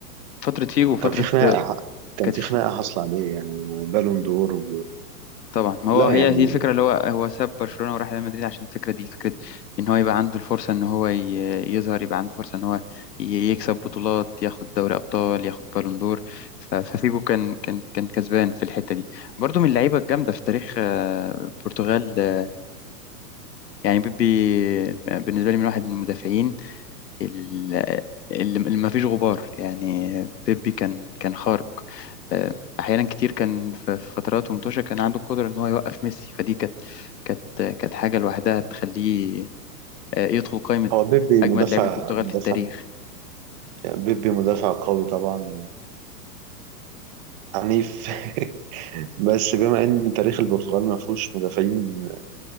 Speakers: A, on the left; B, on the right.
A: فترة فيجو
B: وكان
A: وفترة
B: في خناقة كان
A: كانت
B: في
A: في
B: خناقة حاصلة عليه يعني وبالون دور و...
A: طبعا ما
B: لا
A: هو هي
B: يعني
A: دي الفكره اللي هو هو ساب برشلونه وراح ريال مدريد عشان الفكره دي فكره ان هو يبقى عنده الفرصه ان هو ي- يظهر يبقى عنده فرصه ان هو ي- يكسب بطولات ياخد دوري ابطال ياخد بالون دور ف- ففيجو كان كان كان كسبان في الحته دي برضو من اللعيبه الجامده في تاريخ آه، البرتغال آه، يعني بيبي آه، بالنسبه لي من واحد من المدافعين ال- اللي اللي ما فيش غبار يعني بيبي كان كان خارق آه، احيانا كتير كان في في فترات ومتوشة كان عنده القدره ان هو يوقف ميسي فدي كانت كانت كانت حاجه لوحدها تخليه آه، يدخل قائمه
B: هو بيبي
A: اجمد
B: مدافع
A: لاعبي البرتغال
B: مدافع
A: في التاريخ
B: يعني بيبي مدافع قوي طبعا وعنيف <laughs> بس بما ان تاريخ البرتغال ما فيهوش مدافعين